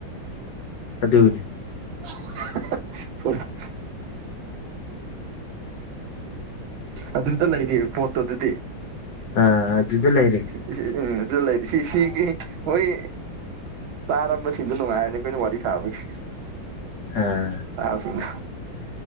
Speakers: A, on the left (about 60°); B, on the right (about 75°).
A: ꯑꯗꯨꯅꯤ
B: <unintelligible> ꯑꯗꯨꯗ ꯂꯩꯔꯦ ꯄꯣꯠꯇꯣ ꯑꯗꯨꯗꯤ
A: ꯑꯥ ꯑꯗꯨꯗ ꯂꯩꯥꯏꯔꯦ
B: ꯁꯤ ꯑꯥ ꯎ ꯑꯗꯨ ꯂꯩꯔꯤ ꯁꯤ ꯁꯤꯒꯤ ꯍꯣꯏ ꯇꯥꯔꯝꯕ ꯁꯤꯟꯗꯨ ꯅꯨꯡꯉꯥꯏꯔꯅꯤ ꯈꯣꯏꯅ ꯋꯥꯔꯤ ꯁꯥꯕꯒꯤ
A: ꯑꯥ
B: ꯇꯥꯕꯁꯤꯡꯗꯣ